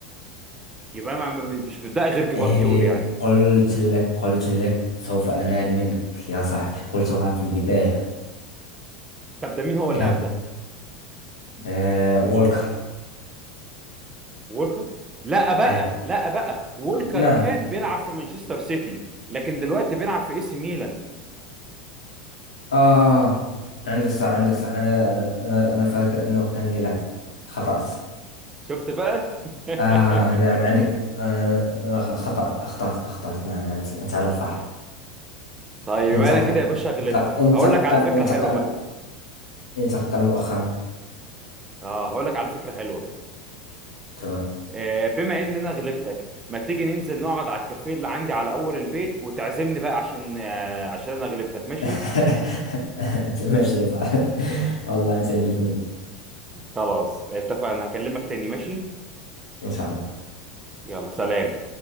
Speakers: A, on the right; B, on the left.
A: يبقى انا ما- مش بتبقى غير جيفارديول
B: إيه
A: يعني
B: قلت لك قلت لك سوف أنال منك يا صاحبي قلتها في البداية
A: طب ده مين هو اللاعب
B: يلا
A: ده
B: إيه وولكر
A: وولكر لا بقى
B: أيوه
A: لا بقى وولكر
B: نعم
A: كان بيلعب في مانشستر سيتي لكن دلوقتي بيلعب في اي سي ميلان
B: آه عندك صح عندك صح أنا أنا أنا فاكر أنه كان يلعب خطأت
A: شفت بقى <laughs>
B: آه نعم عندك أنا أنا خطأ أخطأت أخطأت نعم أنت أنت على الصح
A: طيب
B: انتقل
A: يبقى انا كده يا باشا غلبتك
B: انتقل انتقل
A: هقول لك على فكره
B: انتقل
A: حلوه بقى
B: انتقل مؤخرا
A: اه هقول لك على فكره حلوه
B: تمام
A: آه بما ان انا غلبتك ما تيجي ننزل نقعد على الكافيه اللي عندي على اول البيت وتعزمني بقى عشان آه عشان انا غلبتك ماشي
B: <laughs> ماشي يا صاحبي والله أنت نلت مني
A: خلاص اتفقنا هكلمك تاني ماشي
B: إن شاء الله
A: يلا سلام